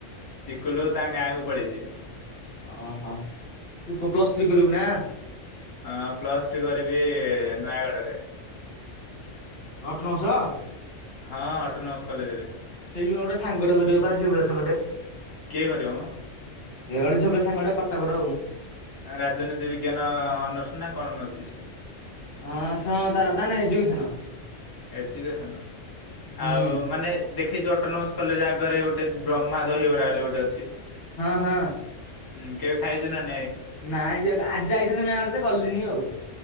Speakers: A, on the left; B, on the left.
A: ଚିକୁଲୁ ତାଙ୍କ ଗାଁକୁୁ ପଳେଇଛି।
B: ଅହୋ ତୁ ପ୍ଲସ୍ ଥ୍ରୀ କରିବୁ ନା?
A: ହଁ ପ୍ଲସ୍ ଥ୍ରୀ କରିବି ନୟାଗଡରେ।
B: ଅଟୋନମସ?
A: ହଁ ଅଟୋନମସ୍ କଲେଜରେ।
B: ସେଇଠି ବା ଗୋଟେ ସାଙ୍ଗଟେ କରିବ ବା ଝିଅ ପିଲା ସାଙ୍ଗଟେ।
A: କିଏ କରିବ ମ?
B: ଏ ଗୋଟେ ଝିଅ ପିଲା ସାଙ୍ଗ ଟେ କଟକର ଆଉ।
A: ରାଜନୀତି ବିଜ୍ଞାନ ଅନର୍ଷ ନା କଣ ନଉଚି ସେ?
B: ଅନସ ତାର ନା ନା ଏଜୁକେସନ।
A: ଏଜୁକେସନ
B: ହୁଁ
A: ଆଉ ମାନେ ଦେଖିଛ ଅଟୋନମସ କଲେଜ ଆଗରେ ଗୋଟେ ବ୍ରହ୍ମା ଦହିବରା ବୋଲି ଗୋଟେ ଅଛି।
B: ହଁ।
A: ହୁଁ କେବେ ଖାଇଛୁ ନାଁ?
B: ନାଇଁ ଆଜି ଯାଇଥାନ୍ତେ ନୟାଗଡ଼ ଜେ ଗଲିନି ଆଉ।